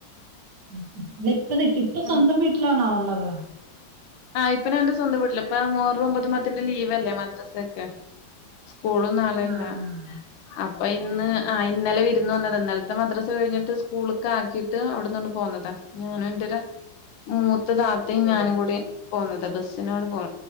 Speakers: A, on the right; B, on the left.
A: ഉം ഉം ലിപ്പ നിക്ക് ഇപ്പ സ്വന്തം
B: ഉം
A: വീട്ടിലാണോ ഉള്ളത്?
B: ആഹ് ഇപ്പോ ഞാന്റെ സ്വന്തം വീട്ടിലാ ഇപ്പൊ മുഹറം ഒൻപതും പത്തിന്റെ ലീവല്ലേ മദ്രസൊക്കെ സ്കൂളും നാളെ
A: ആഹ്
B: ല്ലാ.
A: ആഹ്
B: അപ്പൊ ഇന്ന് ആഹ് ഇന്നലെ വിര്ന്ന് വന്നതാ. ഇന്നല്ത്തെ മദ്രസ കഴിഞ്ഞിട്ട് സ്കൂൾക്കാക്കിട്ട് അവട്ന്നണ്ട് പോന്നതാ. ഞാനും ഇന്റെ ര മൂത്ത താത്തിം ഞാനും
A: ആഹ്
B: കൂടി പോന്നതാ. ബസ്സിനിങ്ങട് പോ